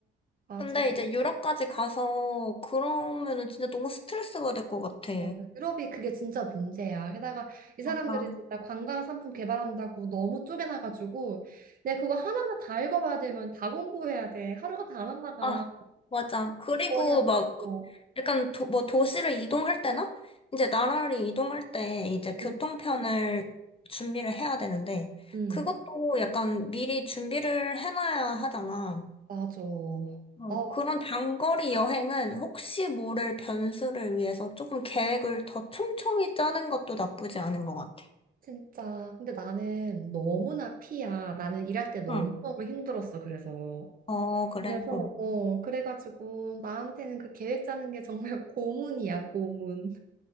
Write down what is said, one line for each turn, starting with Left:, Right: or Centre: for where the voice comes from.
Right: 맞아.
Left: 근데 이제 유럽까지 가서 그러면은 진짜 너무 스트레스가 될 것 같아.
Right: 맞아. 유럽이 그게 진짜 문제야. 게다가 이
Left: 맞아.
Right: 사람들이 진짜 관광 상품 개발한다고 너무 쪼개놔가지고, 내가 그거 하나하나 다 읽어봐야 되면 다 공부해야 돼. 하루가 다 날라가.
Left: 아, 맞아. 그리고
Right: 머리 아프고.
Left: 막 약간 도, 뭐 도시를 이동할 때나 이제 나라를 이동할 때 이제 교통편을
Right: 응,
Left: 준비를 해야 되는데
Right: 응,
Left: 그것도 약간 미리 준비를 해놔야 하잖아.
Right: 맞아.
Left: 어,
Right: 아,
Left: 그런 장거리 여행은 혹시 모를 변수를 위해서 조금 계획을 더 촘촘히 짜는 것도 나쁘지 않은 것 같아.
Right: 진짜. 근데 나는 너무나 피야. 나는 일할 때 너무너무
Left: 응.
Right: 힘들었어, 그래서.
Left: 어, 그래.
Right: 그래서,
Left: 어.
Right: 어, 그래가지고 나한테는 그 계획 짜는 게 정말 <laughs> 고문이야, 고문.